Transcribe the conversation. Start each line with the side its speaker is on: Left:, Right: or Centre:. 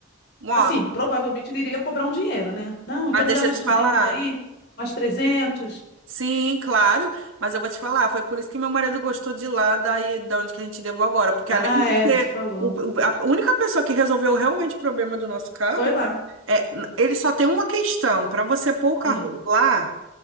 Right: Ó,
Left: assim, provavelmente ele iria cobrar um dinheiro, né? Não,
Right: mas
Left: então me
Right: deixa
Left: dá mais
Right: eu te
Left: duzentos
Right: falar.
Left: aí, mais trezentos.
Right: Sim, claro, mas eu vou te falar, foi por isso que meu marido gostou de lá, daí da onde que a gente levou agora, porque
Left: Ah,
Right: além
Left: é,
Right: de ser
Left: você falou.
Right: o- o- a única pessoa que resolveu realmente o problema do nosso carro,
Left: Foi lá.
Right: é, n- ele só tem uma questão, para você pôr o carro
Left: Hum.
Right: lá,